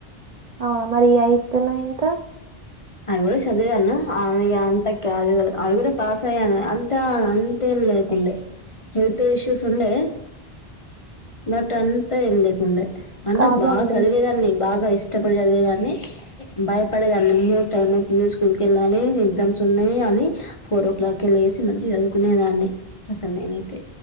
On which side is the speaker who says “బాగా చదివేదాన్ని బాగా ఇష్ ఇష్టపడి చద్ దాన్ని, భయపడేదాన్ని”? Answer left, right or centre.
Left